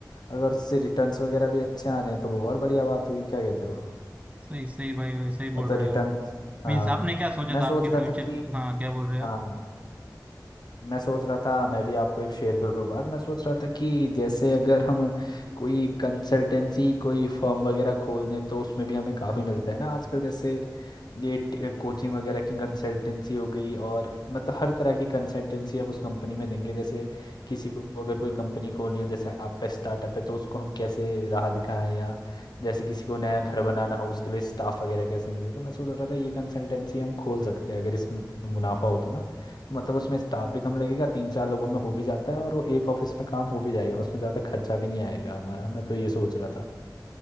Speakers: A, on the left; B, on the right.
A: अगर उससे रिटर्न्स वगैरह भी अच्छे आ रहे हैं तो वो और बढ़िया बात हुई क्या कहते हो
B: सही सही भाई वैसा ही बोल
A: मतलब
B: रहे
A: रिटर्न
B: हो आप
A: हाँ
B: मीन्स आपने क्या सोचा
A: मैं
B: था
A: सोच
B: आपके
A: रहा
B: फ्यूचर
A: था कि
B: हाँ क्या बोल रहे हो
A: हाँ
B: आप
A: मैं सोच रहा था मैं भी आपको एक शेयर करूँ बात मैं सोच रहा था कि जैसे अगर हम कोई कंसल्टेंसी कोई फर्म वगैरह खोल दें तो उसमें भी हमें काफ़ी मिलता है ना आजकल जैसे ये कोचिंग वगैरह की कंसल्टेंसी हो गई और मतलब हर तरह की कंसल्टेंसी हम उस कंपनी में देंगे जैसे किसी को अगर कोई कंपनी खोलनी हो जैसे आपका स्टार्टअप है तो उसको हम कैसे राह दिखाएं या जैसे किसी को नया घर बनाना हो उसके लिए स्टाफ वगैरह कैसे मिले तो मैं सोच रहा था ये कंसल्टेंसी हम खोल सकते हैं अगर इसमें मुनाफा हो तो ना मतलब उसमें स्टाफ भी कम लगेगा तीन चार लोगों में हो भी जाता है और वो एक ऑफिस में काम हो भी जाएगा उसमें ज़्यादा खर्चा भी नहीं आएगा हमारा मैं तो ये सोच रहा था